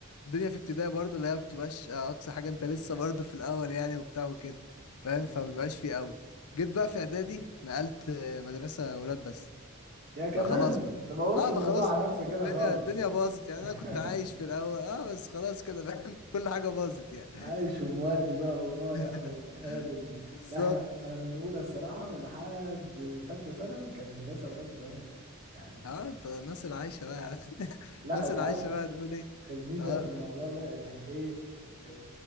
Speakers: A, on the left; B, on the right.
A: الدنيا في ابتدائي برضه اللي هي بتبقاش اقصى حاجة انت لسه برضه في الاول يعني وبتاع وكده فاهم
B: مم.
A: فمبيبقاش فيه قوي جيت بقى في اعدادي نقلت آه، مدرسة ولاد بس
B: يا كمان
A: فخلاص بقى
B: انت بوظت
A: اه
B: الموضوع
A: فخلاص
B: على نفسك
A: الدنيا
B: كده خالص
A: الدنيا باظت يعني
B: <laughs>
A: انا كنت عايش في الاول اه بس خلاص كده فاهم <laughs> كل حاجة باظت يعني
B: عايش ومودي بقى ورايح
A: <laughs>
B: وبتقابل
A: بالظبط
B: لا احنا انا من اولى الصراحه لحد تالته ثانوي كانت مدرسه اولاد وبنات يعني
A: اه انت الناس اللي عايشة بقى <laughs>
B: لا
A: الناس
B: انت
A: اللي
B: عارف
A: عايشة <laughs> بقى نقول ايه
B: الميزه
A: اه
B: في الموضوع ده انك ايه اه،